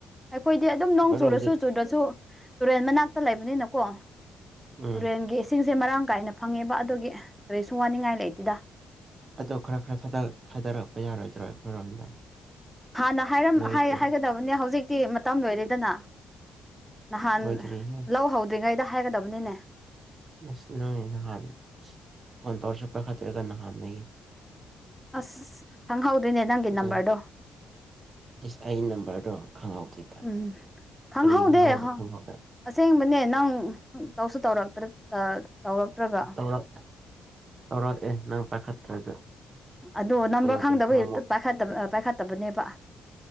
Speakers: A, in the centre; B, on the right (about 40°).
A: ꯑꯩꯈꯣꯏꯗꯤ ꯑꯗꯨꯝ
B: ꯑꯩꯈꯣꯏꯔꯣꯝꯗ
A: ꯅꯣꯡ ꯆꯨꯔꯁꯨ ꯆꯨꯨꯗ꯭ꯔꯁꯨ ꯇꯨꯔꯦꯟ ꯃꯅꯥꯛꯇ ꯂꯩꯕꯅꯤꯅꯀꯣ
B: ꯎꯝ
A: ꯇꯨꯔꯦꯟꯒꯤ ꯏꯁꯤꯡꯁꯦ ꯃꯔꯥꯡ ꯀꯥꯏꯅ ꯐꯪꯉꯦꯕ ꯑꯗꯨꯒꯤ ꯀꯔꯤꯁꯨ ꯋꯥꯅꯤꯡꯉꯥꯏ ꯂꯩꯇꯦꯗ
B: ꯑꯗꯣ ꯈꯔ ꯈꯔ ꯊꯥꯗ ꯊꯥꯗꯔꯛꯄ ꯌꯥꯔꯣꯏꯗ꯭ꯔꯣ ꯑꯩꯈꯣꯏꯔꯣꯝꯗ
A: ꯍꯥꯟꯅ ꯍꯥꯏꯔꯝ
B: ꯅꯣꯏꯒꯤꯗꯨ
A: ꯍꯥꯢ ꯍꯥꯏꯒꯗꯕꯅꯦ ꯍꯧꯖꯤꯛꯇꯤ ꯃꯇꯝ ꯂꯣꯏꯔꯦꯗꯅ
B: ꯑꯁ
A: ꯅꯍꯥꯟ
B: ꯂꯣꯏꯗ꯭ꯔꯤꯍꯦ
A: ꯂꯧ ꯍꯧꯗ꯭ꯔꯤꯉꯩꯗ ꯍꯥꯏꯒꯗꯕꯅꯤꯅꯦ
B: ꯅꯁ ꯅꯣꯏ ꯅꯍꯥꯟ ꯑꯁ ꯐꯣꯟ ꯇꯧꯔꯁꯨ ꯄꯥꯏꯈꯠꯇ꯭ꯔꯒ ꯅꯍꯥꯟꯗꯒꯤ
A: ꯑꯁ ꯈꯪꯍꯧꯗꯣꯏꯅꯦ ꯅꯪꯒꯤ ꯅꯝꯕꯔꯗꯣ
B: ꯅꯪ ꯏꯁ ꯑꯩ ꯅꯝꯕꯔꯗꯣ ꯈꯪꯍꯧꯗꯦ ꯀꯥꯏꯅ
A: ꯎꯝ ꯈꯪꯍꯧꯗꯦ
B: ꯀꯔꯤꯒꯤ ꯈꯪꯍꯧꯗ <unintelligible>
A: ꯑꯁꯦꯡꯕꯅꯦ ꯅꯪ ꯇꯧꯁꯨ ꯇꯧꯔꯛ ꯇꯥ ꯇꯧꯔꯛꯇ꯭ꯔꯒ
B: <unintelligible> ꯇꯧꯔꯛꯑꯦ ꯅꯪ ꯄꯥꯏꯈꯠꯇ꯭ꯔꯒ
A: ꯑꯗꯣ ꯅꯝꯕꯔ
B: ꯀꯨꯟ
A: ꯈꯪꯗꯕꯒꯤ
B: ꯀꯨꯟꯊ꯭ꯔꯥꯃꯨꯛ
A: ꯄꯥꯏꯈꯠꯇꯕ ꯄꯥꯏꯈꯠꯇꯕꯅꯦꯕ